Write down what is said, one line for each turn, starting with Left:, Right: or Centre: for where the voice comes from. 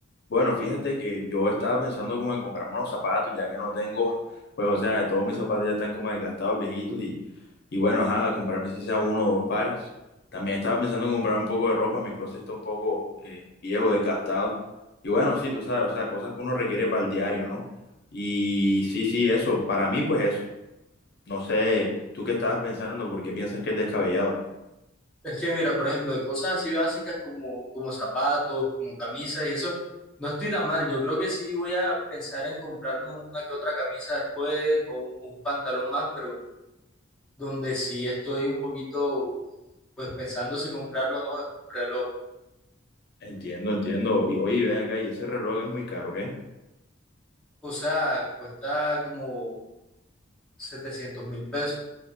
Left: Bueno, fíjate que yo estaba pensando como en comprarme unos zapatos, ya que no tengo, pues, o sea, todos mis zapatos ya están como desgastados, viejitos, y, y bueno, ajá, comprarme si sea uno o dos pares. También estaba pensando en comprar un poco de ropa, mi closet está un poco eh, viejo, desgastado. Y bueno, sí, tú sabes, o sea, cosas que uno requiere para el diario, ¿no? Y sí, sí, eso, para mí, pues eso. No sé, tú qué estabas pensando, porque piensas que es descabellado.
Centre: Es que mira, por ejemplo, de cosas así básicas como, como zapatos, como camisas y eso, no estoy tan mal. Yo creo que sí voy a pensar en comprarme una que otra camisa después o un, un pantalón más, pero donde sí estoy un poquito, pues pensando si comprarlo o no, es un reloj.
Left: Entiendo, entiendo. Y oye, ven
Centre: Y,
Left: acá, y ese reloj es muy caro, ¿qué?
Centre: o sea, cuesta como setecientos mil pesos,